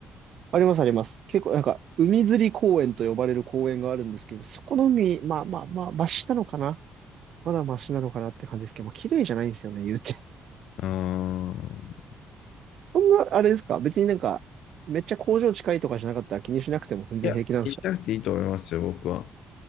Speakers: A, on the right (about 50°); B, on the left (about 85°).
A: あります、あります。結構、なんか、海釣り公園と呼ばれる公園があるんですけど、そこの海、まあまあまあ、マシなのかな。まだマシなのかなって感じですけど、まあ、綺麗じゃないんですよね、言うて。<laughs>
B: うーん。
A: そんな、あれですか別になんか、めっちゃ工場近いとかじゃなかったら気にしなくても全然平気なんですか
B: いや、気にしなくていいと思いますよ、僕は。